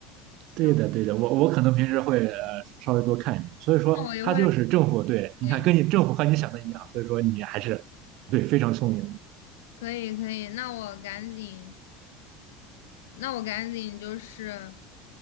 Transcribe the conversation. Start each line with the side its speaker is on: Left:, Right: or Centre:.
Left: 笑，
Right: 对的，对的，我我可能平时会呃稍微多看一点，所以说他就是政府对，
Left: 那我一会儿
Right: 你看跟你政府和你想的一样，
Left: 可以，
Right: 所以说你还是对非常聪明。
Left: 可以，可以，那我赶紧，那我赶紧就是，